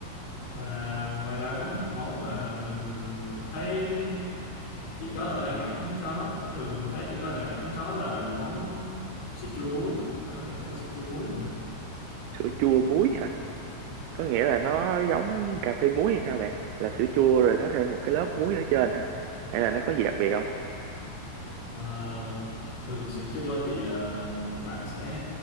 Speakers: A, on the left; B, on the right.
A: và ngoài ra có một món mà mình thấy chỉ có ở Đà Nẵng có, thường là mình thấy chỉ có ở Đà Nẵng có là món sữa chua muối, bạn có thể thử sữa chua muối nữa.
B: sữa chua muối hả có nghĩa là nó giống cà phê muối hay sao bạn là sữa chua rồi nó thêm một cái lớp muối ở trên hả hay là nó có gì đặc biệt không
A: Ờ, thường sữa chua thì ờ, bạn sẽ